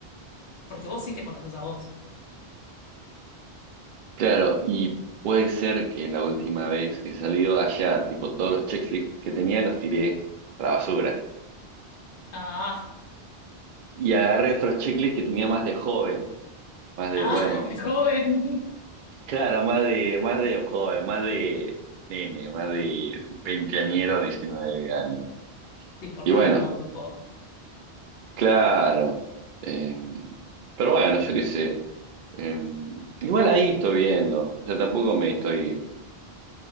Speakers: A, on the left; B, on the right.
A: Porque vos sí te conoces a vos.
B: Claro, y puede ser que la última vez que he salido allá, tipo todos los checklists que tenía los tiré a la basura.
A: Ah,
B: Y agarré otros checklists que tenía más de joven, más de,
A: ah,
B: bueno,
A: <laughs> joven.
B: claro, más de, más de joven, más de nene, más de veinteañero, 19 años.
A: Te importaba
B: Y bueno,
A: todo muy poco.
B: claro. eh, pero bueno, yo qué sé. eh, igual ahí estoy viendo. O sea, tampoco me estoy